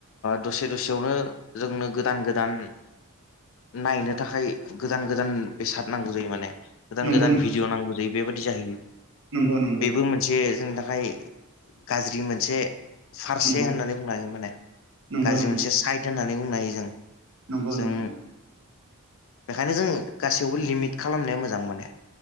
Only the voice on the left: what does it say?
दसे दसेयावनो जोंनो गोदान गोदान नायनो नि थाखाय गोदान गोदान बेसाद नांगौ जायो माने गोदान
गोदान
भिडिअ नांगौ जायो बेबायाददि जाहैयो
बेबो मोनसे जोंनि थाखाय गाज्रि मोनसे फारसे
होननानै बुंन हांगोन माने
गाज्रि
मोनसे साइद होननानै बुंनो हायो जों
जों
बेखायनो जों गासैयावबो लिमिट खालामनाया मोजां माने